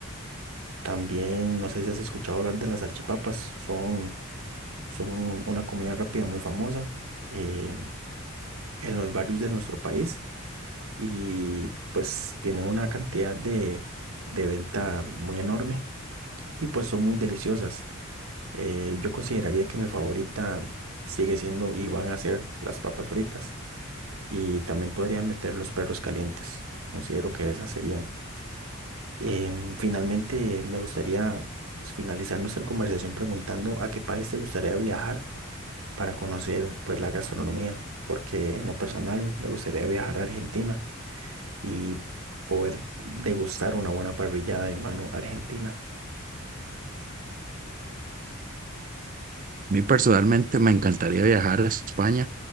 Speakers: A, on the right (about 75°); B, on the right (about 40°).
A: también, no sé si has escuchado hablar de las salchipapas, son Son una comida rápida muy famosa eh, en los barrios de nuestro país y pues tienen una cantidad de, de venta muy enorme y pues son muy deliciosas. Eh, yo consideraría que mi favorita sigue siendo y van a ser las papas fritas y también podría meter los perros calientes. Considero que esas serían. Em, finalmente me gustaría pues finalizar nuestra conversación preguntando a qué país te gustaría viajar para conocer pues la gastronomía, porque en lo personal me gustaría viajar a Argentina y poder degustar una buena parrillada de mano argentina.
B: A mí personalmente me encantaría viajar a España.